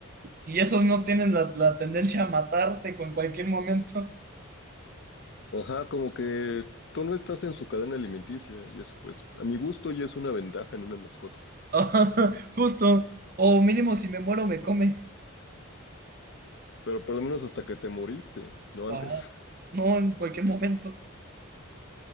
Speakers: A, on the right (about 40°); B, on the left (about 55°).
A: y esos no tienen la, la tendencia a matarte con cualquier momento.
B: Ajá, como que tú no estás en su cadena alimenticia y eso, pues, a mi gusto ya es una ventaja en una mascota.
A: <laughs> Ajá, justo. O mínimo si me muero me come.
B: Pero por lo menos hasta que te moriste, no
A: Ajá,
B: antes. <laughs>
A: No en cualquier momento.